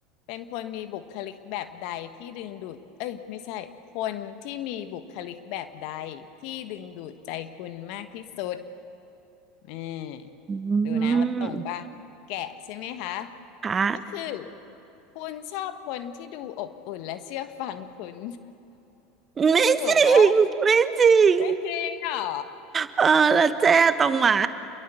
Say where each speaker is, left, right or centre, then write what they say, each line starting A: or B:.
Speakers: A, on the left (about 60°); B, on the right (about 30°).
A: เป็นคนมีบุคลิกแบบใดที่ดึงดูดเอ้ยไม่ใช่คนที่มีบุคลิกแบบใดที่ดึงดูดใจคุณมากที่สุดเออดูนะว่าตรงป่ะแกะใช่ไหมคะ
B: อืมค่ะ
A: ก็คือคุณชอบคนที่ดูอบอุ่นและเชื่อฟังคุณ <laughs>
B: ไม่จริงไม่จริง
A: ถูกปะไม่จริงเหรอ
B: เออแล้วเจ๊ตรงหมา